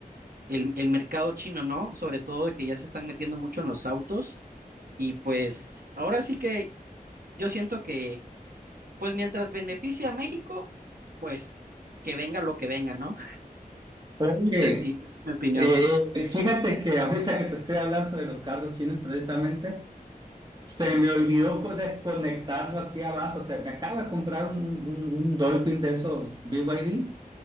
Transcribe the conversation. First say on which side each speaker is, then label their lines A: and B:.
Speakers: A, on the right; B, on the right.
A: el, el mercado chino, ¿no? Sobre todo de que ya se están metiendo mucho en los autos. Y pues ahora sí que yo siento que, pues mientras beneficia a México, pues que venga lo que venga, ¿no?
B: Oye,
A: Esa es mi, esa es mi opinión.
B: eh, fíjate que ahorita que te estoy hablando de los carros chinos precisamente. Se me olvidó co- desconectarlo aquí abajo. Te, me acabo de comprar un, un, un Dolphin de esos BYD y D